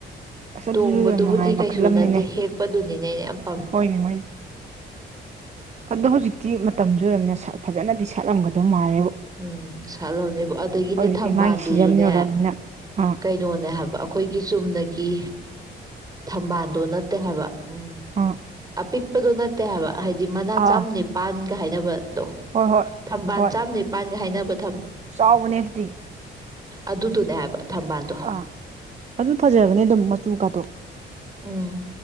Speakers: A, on the right (about 35°); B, on the right (about 20°).
A: ꯑꯁ
B: ꯇꯣꯡꯕꯗꯨꯕꯨꯗꯤ
A: ꯑꯗꯨꯁꯨ ꯌꯥꯝ ꯅꯨꯡꯉꯥꯏ
B: ꯀꯩꯁꯨ
A: ꯃꯈꯜ ꯑꯃꯅꯤꯅꯦ
B: ꯅꯠꯇꯦ ꯍꯦꯛꯄ <unintelligible>
A: ꯍꯣꯏꯅꯦ ꯍꯣꯏꯅꯦ ꯑꯗꯣ ꯍꯧꯖꯤꯛꯇꯤ ꯃ ꯇꯝꯖꯨ ꯑꯣꯢꯔꯃꯤꯅ ꯁꯥꯠ ꯐꯖꯅꯗꯤ ꯁꯥꯠꯂꯝꯃꯗꯧ ꯃꯥꯜꯂꯦ꯫
B: ꯎꯝ ꯁꯠꯂꯕꯅꯦ ꯑꯗꯒꯤꯅꯦ
A: ꯍꯧꯖꯤꯛꯇꯤ
B: ꯊꯝꯕꯥꯜꯗꯨꯖꯨꯅꯦ
A: ꯃꯥꯒꯤ ꯁꯤꯖꯟ ꯌꯧꯔꯛꯑꯕꯅꯤꯅ ꯑꯥ
B: ꯀꯩꯅꯣꯅꯦ ꯍꯥꯏꯕ ꯑꯩꯈꯣꯏꯒꯤ ꯆꯨꯝꯅꯒꯤ ꯊꯝꯕꯥꯟꯗꯣ ꯅꯠꯇꯦ ꯍꯥꯏꯕ ꯎꯝ
A: ꯑꯥ
B: ꯑꯄꯤꯛꯄꯗꯣ ꯅꯠꯇꯦ ꯍꯥꯏꯕ ꯍꯥꯏꯗꯤ ꯃꯅꯥ
A: ꯑꯥ
B: ꯆꯥꯝ ꯅꯤꯄꯥꯟꯒ ꯍꯥꯏꯅꯕꯗꯣ
A: ꯍꯣꯏ ꯍꯣꯏ
B: ꯊꯝꯕꯥꯟ
A: ꯍꯣꯏ
B: ꯆꯥꯝꯅꯤ <unintelligible>
A: ꯆꯥꯎꯕꯅꯦ ꯑꯗꯨꯗꯤ꯫
B: ꯑꯗꯨꯗꯨꯅꯦ ꯍꯥꯏꯕ꯫ ꯊꯝꯕꯥꯜꯗꯣ
A: ꯑꯥ ꯑꯗꯨ ꯐꯖꯕꯅꯦ ꯑꯗꯨꯝ ꯃꯆꯨ ꯀꯥꯇꯣ꯫
B: ꯎꯝ